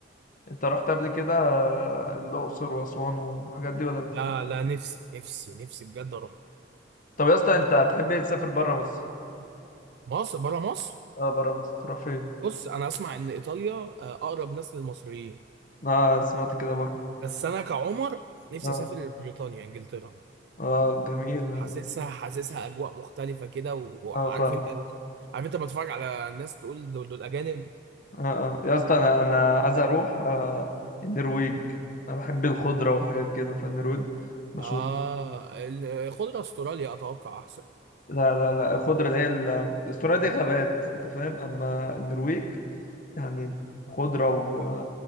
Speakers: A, on the left; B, on the right.
A: انت رحت قبل كده آه، الاقصر واسوان والحاجات دي ولا لسه
B: لا لا نفسي نفسي نفسي بجد اروح
A: طب يا اسطى انت هتحب ايه تسافر بره مصر
B: مصر بره مصر
A: اه بره مصر تروح فين
B: بص انا اسمع ان ايطاليا آه، اقرب ناس للمصريين
A: اه سمعت كده برضه
B: بس انا كعمر نفسي
A: اه
B: اسافر بريطانيا انجلترا
A: اه جميل يعني.
B: حاسسها حاسسها اجواء مختلفه كده و- وعارف
A: اه فاهم
B: انت عارف انت بتفرج على الناس تقول دول, دول اجانب
A: اه اه يا اسطى انا انا عايز اروح آه النرويج انا بحب الخضره والحاجات كده فالنرويج مشهور
B: اه ال- خضره استراليا اتوقع احسن
A: لا لا لا الخضره اللي هي ال- استراليا دي غابات انت فاهم اما النرويج يعني خضره و